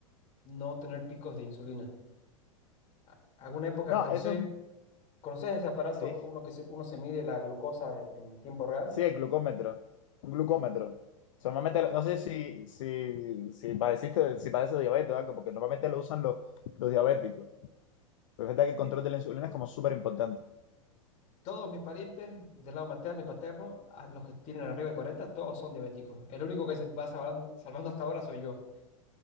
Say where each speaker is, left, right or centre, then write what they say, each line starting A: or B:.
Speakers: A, on the left; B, on the left.
A: no tener picos de insulina. A- Alguna época
B: No,
A: hasta usé,
B: eso es...
A: ¿conoces ese aparato,
B: Sí.
A: uno que se- uno se mide la glucosa en en tiempo real?
B: Sí, el glucómetro. Un glucómetro. So, Normalmente, no sé si, si, si padeciste, si padeces diabetes o algo, porque normalmente lo usan los, los diabéticos. Pero es verdad que el control
A: eh,
B: de la insulina es como súper importante.
A: todos mis parientes del lado materno y paterno, a los que tienen arriba de 40, todos son diabéticos. El único que se va salvando, salvando hasta ahora soy yo.